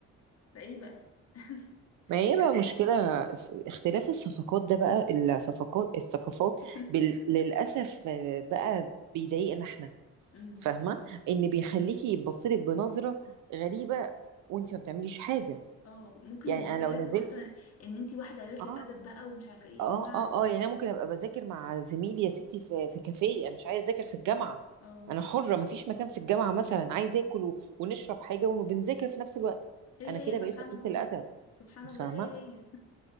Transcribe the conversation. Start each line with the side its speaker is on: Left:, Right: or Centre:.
Left: فايه بقى <laughs>
Right: ما هي
Left: الحق.
Right: بقى مشكلة اس- اختلاف الصفقات ده بقى الصفقات الثقافات
Left: <laughs>
Right: بال... للأسف آه، بقى بيضايقنا احنا
Left: أمم.
Right: فاهمة ان بيخليكي يبصلك بنظرة غريبة وانت ما بتعمليش حاجة
Left: اه ممكن
Right: يعني
Left: يتبصلك
Right: انا لو نزلت
Left: بصلا ان انتي واحدة قليلة
Right: اه
Left: الادب بقى ومش عارفة ايه
Right: اه
Left: يا جماعة
Right: اه اه يعني انا ممكن ابقى بذاكر مع زميلي يا ستي في في كافيه أنا مش عايزة اذاكر في الجامعة
Left: اه
Right: انا حرة ما فيش مكان في الجامعة مثلا عايزة اكل و... ونشرب حاجة وبنذاكر في نفس الوقت
Left: هي
Right: انا كده
Left: هي سبحان
Right: بقيت قلة
Left: الله
Right: الادب
Left: سبحان الله
Right: فاهمة
Left: هي هي